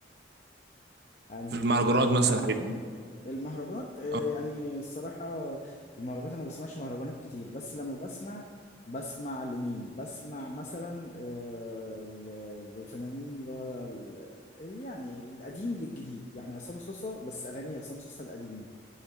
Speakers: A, on the left; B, on the right.
A: انهي
B: في المهرجانات
A: العادي
B: مثلا الحاجات
A: يعني
B: دي.
A: المهرجانات آه
B: آه.
A: يعني الصراحة المهرجانات انا ما بسمعش مهرجانات كتير بس لما بسمع بسمع لمين بسمع مثلا آه ل- للفنانين اللي هو ال- اللي يعني القديم للجديد يعني عصام صوصة بس اغاني عصام صوصة القديمة